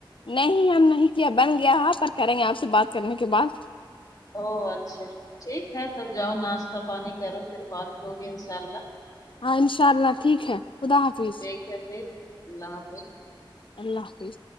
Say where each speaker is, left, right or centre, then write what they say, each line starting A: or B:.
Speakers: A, on the left (about 75°); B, on the left (about 45°).
A: نہیں ہم نہیں کیا بن گیا ہے پر کریں گے آپ سے بات کرنے کے بعد
B: او اچھا ٹھیک ہے تب جاؤ ناشتہ پانی کرو فیر بات ہوگی انشاء اللہ
A: ہاں ان شاء اللہ ٹھیک ہے خدا حافظ
B: ٹھیک ہے فیر اللہ حافظ
A: اللہ حافظ